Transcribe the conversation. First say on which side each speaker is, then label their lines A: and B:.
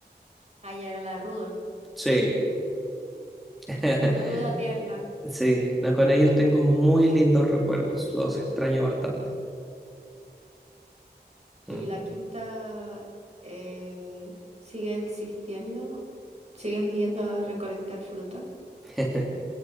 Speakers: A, on the right; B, in the centre.
A: Ayer era la ruda.
B: Sí. <laughs>
A: Una ruda tierna.
B: Sí, no, con ellos tengo muy lindos recuerdos. Los extraño bastante.
A: ¿Y
B: Mm.
A: la quinta eh, sigue existiendo? ¿Sigues yendo a recolectar fruta?
B: <laughs>